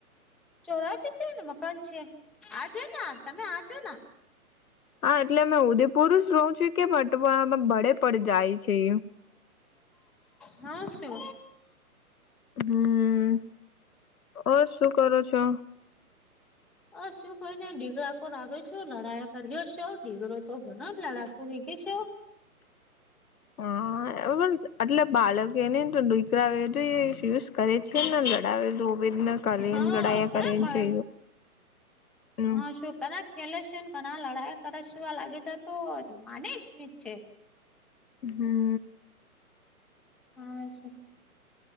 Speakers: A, in the centre; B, on the left (about 65°).
A: ચોરા પીસેને મકાન છે, આજ તમે આજોને
B: હા એટલે મેં ઉદેપુર જ રહ છું કે ફટવામાં ભડે પણ જાય છે.
A: હા શો
B: હમ ઓર શું કરો છો.
A: અ શું કને ડીગરા કો લાગ્યો છો લડાયા કર્યો છો ડીગરો તો ઘણો જ લડાક વીગીશ
B: હા બરોબર એટલે બાળક એનેને તો દીકરાધ એ યુઝ કરે છેને, લડાવે દુ વેદના કરન
A: હા
B: લડાાયયા
A: ઘણા
B: કરન
A: બાર
B: છે. હમ
A: હા શોક ના ખેલે છે ને ઘણા લડાઈ કરેશેવા લાગે છે, તો માનીશ ને છે.
B: હમ્મ
A: હા શુ